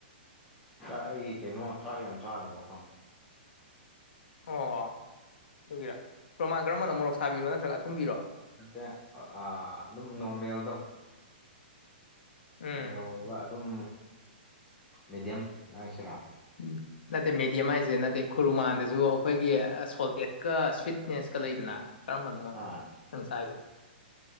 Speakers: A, in the centre; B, on the left.
A: ꯆꯥ ꯑꯩꯒꯤ ꯀꯩꯅꯣ ꯆꯥꯛ ꯌꯥꯝ ꯆꯥꯅꯕꯀꯣ
B: ꯑꯣ ꯑꯗꯨꯒꯤꯔꯥ ꯈꯨꯔꯨꯃꯥꯟ ꯀꯔꯝꯕꯅꯣ ꯃꯣꯔꯣꯛ ꯁꯥꯕꯤꯔꯣ ꯅꯠꯇ꯭ꯔꯒ ꯑꯊꯨꯝꯕꯤꯔꯣ
A: ꯅꯠꯇꯦ ꯑꯥ ꯑꯗꯨꯝ ꯅꯣꯔꯃꯦꯜꯗꯣ
B: ꯎꯝ
A: ꯅꯣꯔꯃꯦꯜ ꯑꯣꯏꯕ ꯑꯗꯨꯝ ꯃꯦꯗꯤꯌꯝ ꯍꯥꯢꯁꯤꯔꯥ
B: ꯥ ꯎꯝ ꯅꯠꯇꯦ ꯃꯦꯗꯤꯌꯝ ꯍꯥꯏꯁꯦ ꯅꯠꯇꯦ ꯈꯨꯔꯨꯃꯥꯟꯗꯁꯨ ꯑꯩꯈꯣꯏꯒꯤ ꯁꯣꯜꯇꯦꯠꯀ ꯁ꯭ꯋꯤꯠꯅꯦꯁꯀ ꯂꯩꯗꯅ ꯀꯔꯝꯕꯅꯣ
A: ꯑꯥ
B: ꯅꯪ ꯁꯥꯏꯗꯣ